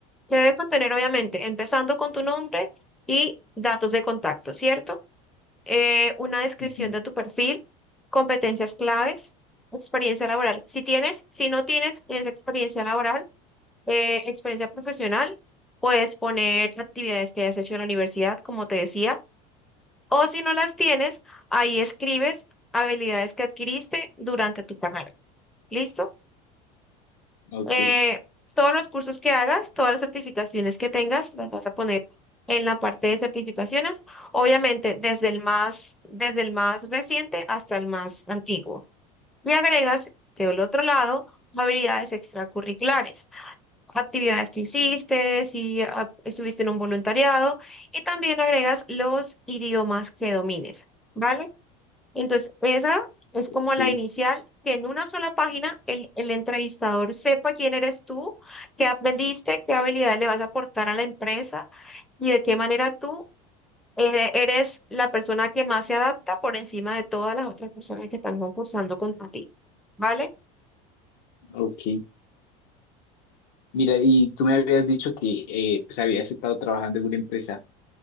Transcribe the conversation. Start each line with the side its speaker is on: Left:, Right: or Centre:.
Centre: que debe contener, obviamente, empezando con tu nombre y datos de contacto, ¿cierto? Eh, una descripción
Left: ujú.
Centre: de tu perfil, competencias claves, experiencia laboral. Si tienes, si no tienes, tienes experiencia laboral, eh, experiencia profesional, puedes poner actividades que hayas hecho en la universidad, como te decía, o si no las tienes, ahí escribes habilidades que adquiriste durante tu carrera. ¿Listo?
Left: Ok,
Centre: Eh, todos los cursos que hagas, todas las certificaciones que tengas, las vas a poner en la parte de certificaciones, obviamente desde el más, desde el más reciente hasta el más antiguo. Y agregas del otro lado habilidades extracurriculares, actividades que hiciste, si ah, estuviste en un voluntariado, y también agregas los idiomas que domines, ¿vale? Entonces, esa es como
Left: ok,
Centre: la inicial, que en una sola página el, el entrevistador sepa quién eres tú, qué aprendiste, qué habilidades le vas a aportar a la empresa y de qué manera tú eh, eres la persona que más se adapta por encima de todas las otras personas que están concursando contra ti. ¿Vale?
Left: ok. Mira, y tú me habías dicho que eh, pues habías estado trabajando en una empresa,